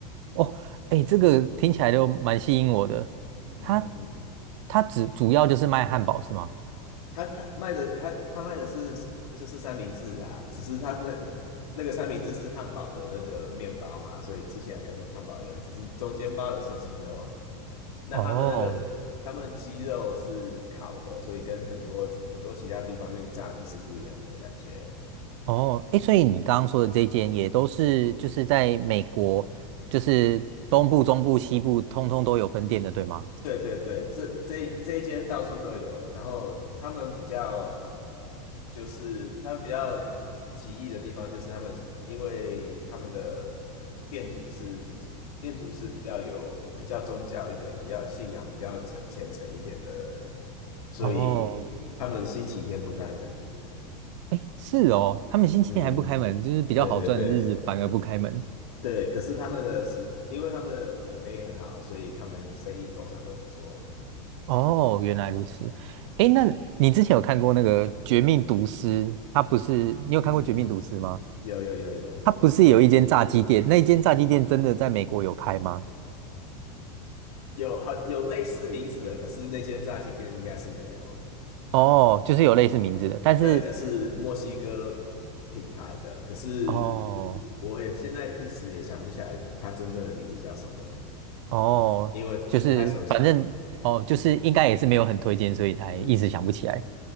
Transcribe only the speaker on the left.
嗯嗯，
它它卖的它它卖的是就是三明治啊，只是它的那个三明治是汉堡的那个面包嘛，所以吃起来跟汉堡一样，只是中间包的是鸡肉。那他们那个他们鸡肉是烤的，
所以跟很多很多其他地方用炸的是不一样的感觉。
对对对，这这这一间到处都有，然后他们比较就是他们比较奇异的地方，就是他们因为他们的店主是比店主是比较有比较宗教一点，比较信仰比较虔虔诚一点的人，所以他们星期天不开门。
嗯，
对对对对，可是他们的食，因为他们的口碑很好，所以他们生意通常都不错。
嗯，有有有有，Breaking
Bad
有很有类似名字的，可是那间炸鸡店应该是没有。
对，就是墨西哥品牌的，可是
我也现在一时也想不起来它真正的名字叫什么，
因为不太熟悉。
嗯嗯嗯，